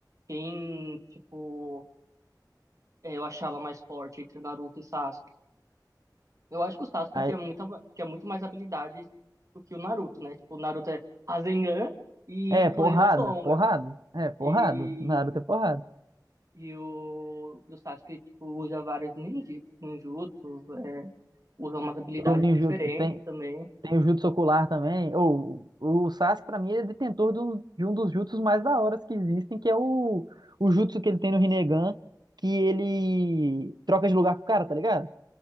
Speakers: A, on the right; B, on the right.
A: quem, tipo, eh, eu achava mais forte entre o Naruto e Sasuke. Eu acho que o Sasuke
B: Aí-
A: tinha muita ma- tinha muito mais habilidades do que o Naruto, né? Tipo, o Naruto é Rasengan e
B: É, porrada,
A: Clone da Sombra.
B: porrada. É, porrada.
A: E,
B: Naruto é porrada.
A: e, o, e o Sasuke, tipo, usa várias ninji- ninjutsus, é, usa umas habilidades
B: O Ninjutsu
A: diferentes
B: tem.
A: também.
B: Tem o Jutsu Ocular também. Ou, o o Sasuke, pra mim, ele é detentor de um, de um dos Jutsus mais da hora que existem, que é o, o Jutsu que ele tem no Rinnegan, que ele troca de lugar com o cara, tá ligado?